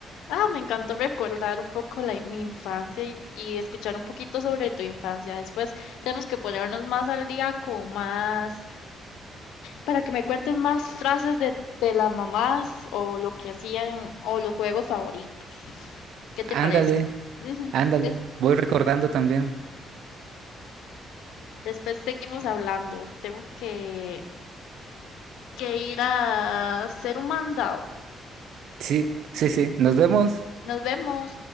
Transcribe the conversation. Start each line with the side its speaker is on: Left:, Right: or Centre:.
Left: ah, me encantó recordar un poco la, mi infancia y, y escuchar un poquito sobre tu infancia. Después tenemos que ponernos más al día con más para que me cuentes más frases de, de las mamás o lo que hacían o los juegos favoritos. ¿Qué te
Right: Ándale,
Left: parece? Ujú,
Right: ándale.
Left: des-
Right: Voy recordando también.
Left: después seguimos hablando. Tengo que, que ir a hacer un mandado.
Right: Sí, sí, sí. Nos vemos.
Left: Nos vemos.